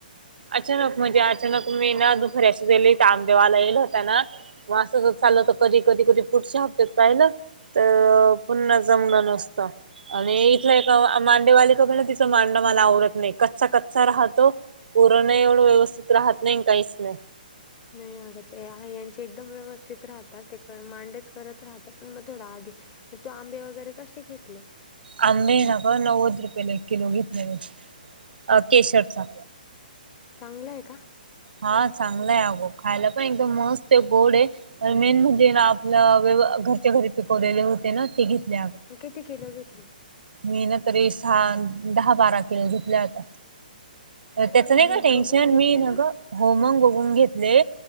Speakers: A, on the right (about 80°); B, on the left (about 20°).
A: अचानक म्हणजे अचानक मी ना दुपारी असे झाले आंबेवाला येल होता ना मग असं चाललंत कधी कधी, कधी पुढच्या हप्त्यात पाहिलं तर पुन्हा जमलं नसत आणि इथलं एक मांडेवाली ख ना तिचं मांडा मला आवरत नाही कच्चा कच्चा राहतो पुरण एवढं व्यवस्थित राहत नाही काहीच नाही
B: नाही अगं ते आहे यांचे एकदम व्यवस्थित राहतात ते मांडेच करत राहत पण मग थोडा आधी तू आंबे वगैरे कसे घेतले
A: आंबे ना का नव्वद रुपयेला एक किलो घेतले मी अ केशरचा
B: चांगला आहे का
A: हा चांगलंय अगो खायला पण एकदम मस्त आहे गोड आहे मेन म्हणजे ना आपलं घरच्या घरी पिकवलेले होते ना ते घेतले
B: किती किलो घेतले?
A: मी ना तरी सहा, दहा बारा किल घेतल्या होता त्याचं नाही का
B: नीट
A: टेन्शन
B: बघून घेतले
A: मी न
B: ना
A: गं हो मग बघून घेतले